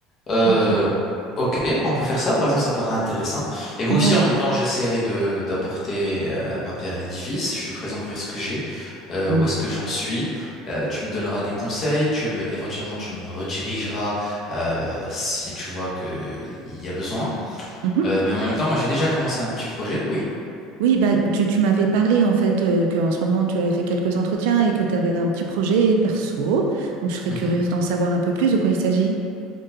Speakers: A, on the left; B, on the right.
A: Euh,
B: Ok.
A: ok, on peut faire ça. Par exemple, ça paraît intéressant. Et moi
B: Ouais.
A: aussi, en même temps, j'essaierai de d'apporter euh, ma pierre à l'édifice. Je te présenterai ce que j'ai, euh,
B: Hmm.
A: où est-ce que j'en suis. Euh, tu me donneras des conseils. Tu me- éventuellement, tu me redirigeras euh, si tu vois que il y a besoin.
B: Mhm.
A: Euh, mais en même temps, moi, j'ai déjà commencé un petit projet. Oui.
B: Oui, bah, tu, tu m'avais parlé en fait euh, que en ce moment tu avais fait quelques entretiens et que tu avais un petit projet perso. Donc je serais
A: Mhm.
B: curieuse d'en savoir un peu plus de quoi il s'agit.